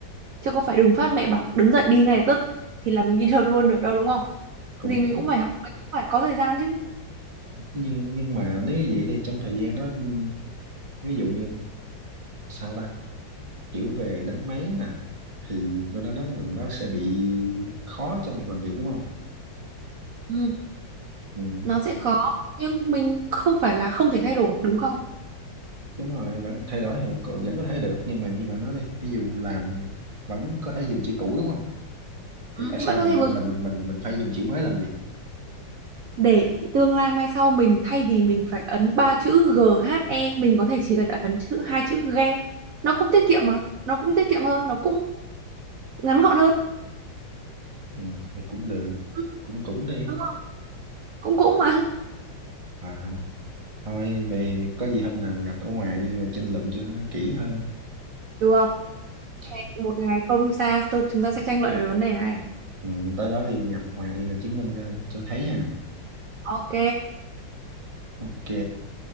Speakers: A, on the right; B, on the right.
A: chứ có phải đùng phát mẹ bảo đứng dậy đi ngay lập tức thì là mình đi được luôn được đâu đúng không
B: cũng
A: gì mình
B: đúng
A: cũng phải học mình cũng phải có thời gian chứ
B: nhưng nhưng mà nếu như vậy thì trong thời gian đó ừm, ví dụ như sao ta kiểu về đánh máy nè thì tôi đã nói là nó sẽ bị khó trong việc làm việc đúng không
A: ừ,
B: ừ,
A: nó sẽ khó nhưng mình không phải là không thể thay đổi đúng không
B: đúng rồi vẫn thay đổi thì cậu vẫn có thể được nhưng mà như bạn nói đây ví dụ làm vẫn có thể dùng chữ cũ đúng không
A: ừ,
B: thì tại sao
A: vẫn có
B: mình
A: thể vừa dùng
B: mình
A: mới
B: mình mình phải dùng chữ mới làm gì
A: để tương lai mai sau mình thay vì mình phải ấn ba chữ g h e mình có thể chỉ cần ấn chữ hai chữ GE nó cũng tiết kiệm mà nó cũng tiết kiệm hơn nó cũng ngắn gọn hơn
B: ừ, thì cũng được
A: Ừ,
B: cũng cũng đi
A: đúng không? cũng cũng mà
B: à thôi vậy có gì hôm nào gặp ở ngoài đi rồi tranh luận cho nó kỹ hơn
A: được hẹn
B: Ừ.
A: một ngày không xa tôi chúng ta sẽ tranh luận về vấn đề này
B: Ừ, tới đó đi gặp Hòa đi là chứng minh cho cho thấy nha.
A: ok
B: Ok,